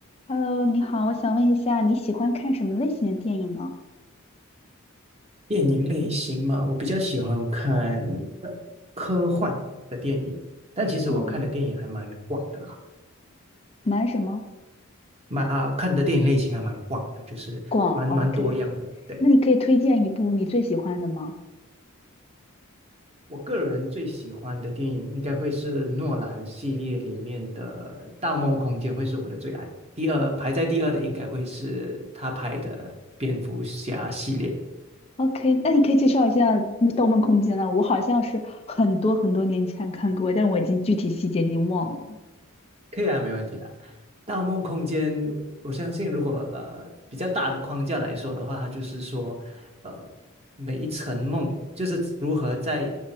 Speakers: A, on the left; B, on the right.
A: Hello，你好，我想问一下，你喜欢看什么类型的电影呢？
B: 电影类型嘛，我比较喜欢看呃科幻的电影，但其实我看的电影还蛮广的啦，
A: 哦，蛮什么？
B: 蛮啊、看的电影类型还蛮广的，就是蛮蛮多样的。
A: 广，OK。
B: 对，
A: 那你可以推荐一部你最喜欢的吗
B: 我个人最喜欢的电影应该会是诺兰系列里面的《盗梦空间》会是我的最爱，第二排在第二的应该会是他拍的《蝙蝠侠》系列。
A: ？OK，那你可以介绍一下《盗梦空间》呢？我好像是很多很多年前看过，但我已经具体细节已经忘了。
B: 可以啊，没问题啊。盗梦空间，我相信如果呃比较大的框架来说的话，它就是说，呃，每一层梦就是如何在